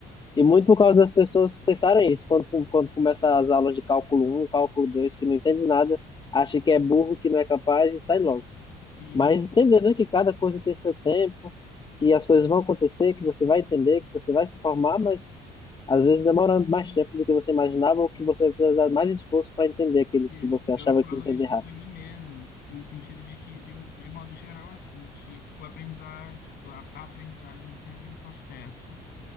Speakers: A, on the left; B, on the left.
A: E muito por causa das pessoas pensarem isso, quando, quando começa as aulas de cálculo um cálculo 2 que não entende nada, acha que é burro, que não é capaz e sai logo.
B: isso,
A: Mas entendendo que cada coisa tem seu tempo, que as coisas vão acontecer, que você vai entender, que você vai se formar, mas às vezes demorando mais tempo do que você imaginava ou que você vai precisar de mais esforço para entender aquilo
B: isso.
A: que você
B: Eu
A: achava
B: falo
A: que ia entender
B: isso
A: rápido.
B: para mim mesmo, no sentido de que de, um- de modo geral assim, que o aprendizado, a, a aprendizagem é sempre um processo